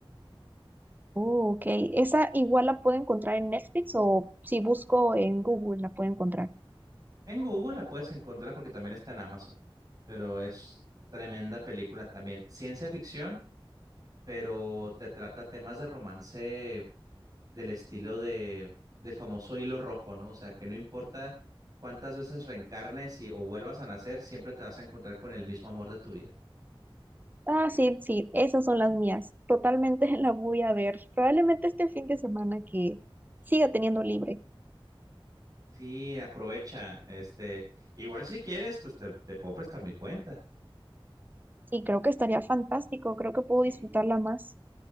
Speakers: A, on the right; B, on the right.
A: Oh, ok. ¿Esa igual la puedo encontrar en Netflix o si busco en Google la puedo encontrar?
B: En Google la puedes encontrar porque también está en Amazon, pero es tremenda película también. Ciencia ficción, pero te trata temas de romance del estilo de, del famoso hilo rojo, ¿no? O sea, que no importa cuántas veces reencarnes y, o vuelvas a nacer, siempre te vas a encontrar con el mismo amor de tu vida.
A: Ah, sí, sí, esas son las mías. Totalmente <laughs> la voy a ver. Probablemente este fin de semana que siga teniendo libre.
B: Sí, aprovecha, este, igual si quieres, pues te, te puedo prestar mi cuenta.
A: Sí, creo que estaría fantástico. Creo que puedo
B: Sí.
A: disfrutarla más.